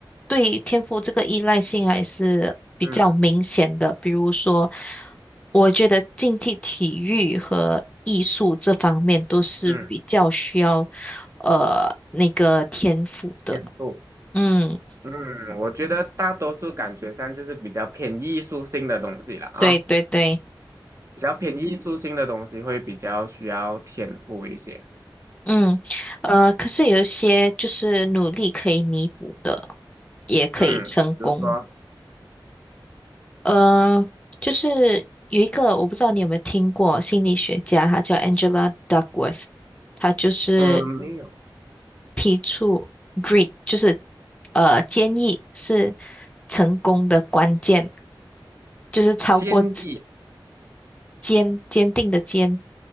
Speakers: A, on the left; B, on the right.
A: 对天赋这个依赖性还是比较明显的。
B: 嗯
A: 比如说，我觉得竞技体育和艺术这方面都是比较需要
B: 嗯，
A: 呃那个天赋的。
B: 天赋，
A: 嗯，
B: 嗯，我觉得大多数感觉上就是比较偏艺术性的东西了啊，
A: 对对对，
B: 比较偏艺术性的东西会比较需要天赋一些。
A: 嗯，呃，可是有一些就是努力可以弥补的，也可以成功。
B: 嗯，比如说，
A: 呃，就是有一个我不知道你有没有听过心理学家，他叫 Angela Duckworth，她就是
B: 嗯，没有
A: 提出 grit，就是呃坚毅是成功的关键，就是超过
B: 建议。
A: 坚坚定的坚